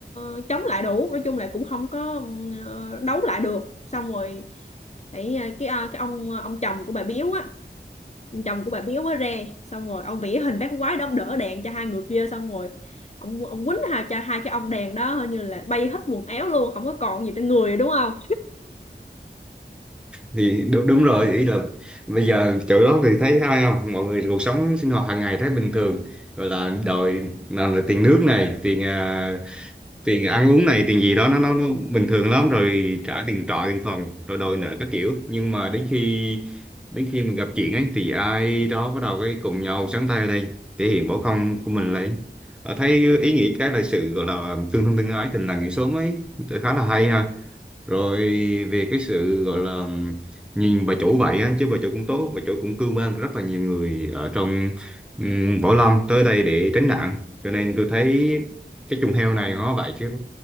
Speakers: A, on the left (about 40°); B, in the centre.
A: ờ, chống lại đủ nói chung là cũng không có ờ, đấu lại được xong rồi cái cái, à, cái ông ờ, ông chồng của bà Biếu á chồng của bà Biếu mới re xong rồi ông vẽ hình bác quái đó ông đỡ đèn cho hai người kia xong rồi ông ông quýnh hai cho hai cái ông đèn đó hình như là bay hết quần áo luôn không có còn gì trên người rồi, đúng không
B: thì đúng đúng rồi ý là bây giờ chỗ đó thì thấy ai không mọi người cuộc sống sinh hoạt hàng ngày thấy bình thường gọi là đòi nào là tiền nước này tiền à, tiền ăn uống này tiền gì đó nó, nó nó bình thường lắm rồi trả tiền trọ tiền phòng rồi đòi nợ các kiểu nhưng mà đến khi đến khi mình gặp chuyện ấy thì ai đó bắt đầu cái cùng nhau sáng tay lên thể hiện võ công của mình lên Ờ, thấy ý nghĩa cái là sự gọi là tương thân tương ái tình làng nghĩa xóm ấy khá là hay ha rồi về cái sự gọi là nhìn bà chủ vậy á chứ bà chủ cũng tốt bà chủ cũng cưu mang rất là nhiều người ở trong um, võ lâm tới đây để tránh nạn cho nên tôi thấy cái trùng heo này nó vậy chứ